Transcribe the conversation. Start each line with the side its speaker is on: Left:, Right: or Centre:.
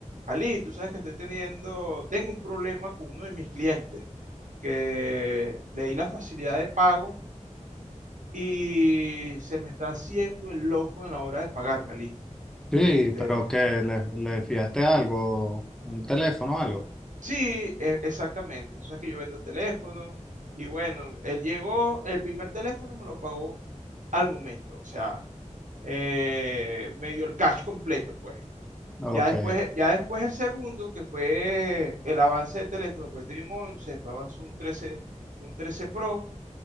Right: Ali, tú sabes que estoy teniendo, tengo un problema con uno de mis clientes, que le di la facilidad de pago y se me está haciendo el loco en la hora de pagarme, Ali.
Centre: Sí,
Right: Este,
Centre: pero que le, le fiaste algo, un teléfono o algo.
Right: sí, e- exactamente. Tú sabes que yo vendo teléfonos y bueno, él llegó, el primer teléfono me lo pagó al momento, o sea, eh, me dio el cash completo, pues.
Centre: Ok,
Right: Ya después, ya después el segundo, que fue el avance de teléfono, porque tenía un once después avanzó un trece un 13 Pro,